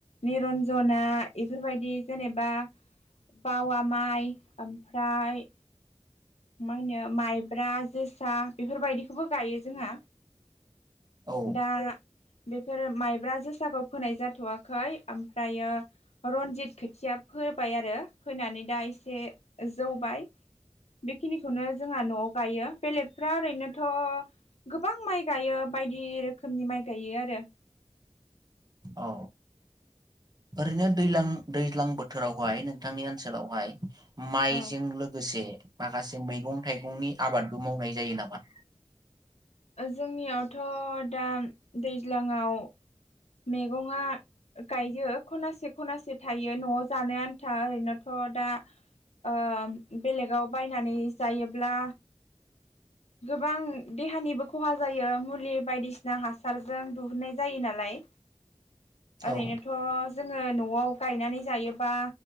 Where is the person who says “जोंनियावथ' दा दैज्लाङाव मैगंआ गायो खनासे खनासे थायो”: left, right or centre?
Left